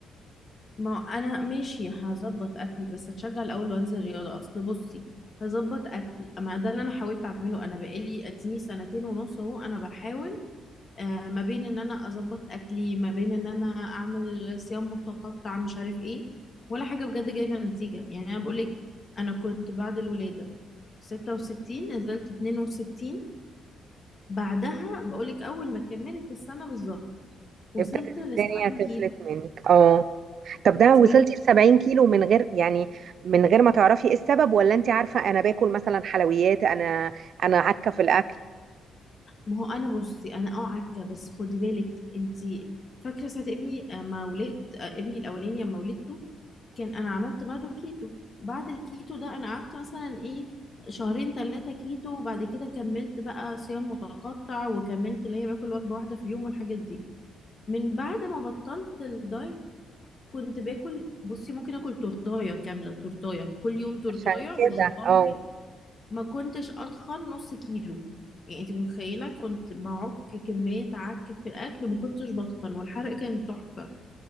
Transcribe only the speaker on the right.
ابتدت
الدنيا
تفلت
منك اه طب ده
وصلتي ل 70 كيلو من غير يعني من غير ما تعرفي ايه السبب ولا انت عارفه انا باكل مثلا حلويات انا انا عكه في الاكل
عشان
كده اه